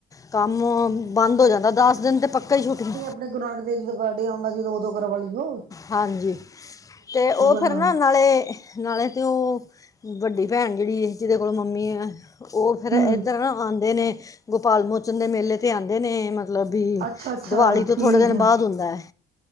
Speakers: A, on the left; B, on the right.
A: ਕੰਮ ਬੰਦ ਹੋ ਜਾਂਦਾ। ਦਸ ਦਿਨ ਤੇ ਪੱਕਾ ਹੀ ਛੁੱਟੀਆਂ।
B: ਗੁਰ ਨਾਨਕ ਦੇਵ ਜੀ, ਦਾ ਬਰਡੇ ਆਉਣ ਲੱਗ ਜਾਂਦਾ ਉਦੋਂ ਗਗਰ ਵੂ <unintelligible>
A: ਹਾਂਜੀ, ਤੇ ਉਹ ਫਿਰ
B: ਨਾਲ
A: ਨਾ ਨਾਲੇ ਨਾਲੇ ਤੇ ਉਹ, ਵੱਡੀ ਭੈਣ ਜਿਹੜੀ ਜਿਹਦੇ ਕੋਲ ਮੰਮੀ ਆ, ਉਹ ਫਿਰ
B: ਹੂੰ
A: ਇੱਧਰ ਨਾ ਆਉਂਦੇ ਨੇ ਗੋਪਾਲ ਮੋਚਨ ਦੇ ਮੇਲੇ 'ਤੇ ਆਉਂਦੇ ਨੇ ਮਤਲਬ ਵੀ,
B: ਅੱਛਾ ਅੱਛਾ
A: ਦਿਵਾਲੀ ਤੋਂ
B: ਠੀਕ
A: ਥੋੜ੍ਹੇ ਦਿਨ ਬਾਅਦ
B: ਆ
A: ਹੁੰਦਾ ਹੈ।